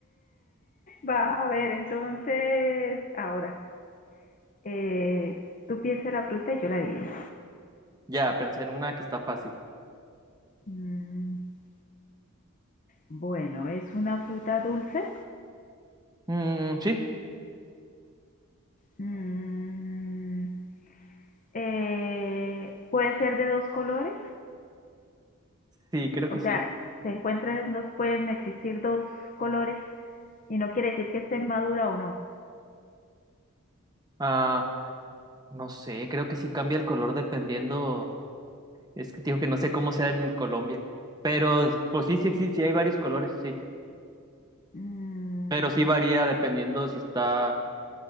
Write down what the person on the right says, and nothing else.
Ya, pensé en una que está fácil.
Mm, sí.
Sí, creo
que sí.
Ah, no sé, creo que sí cambia el color dependiendo. Es que te digo que no sé cómo sea en Colombia. Pero, pues sí, sí, sí, sí hay varios colores, sí.
Pero sí varía dependiendo si está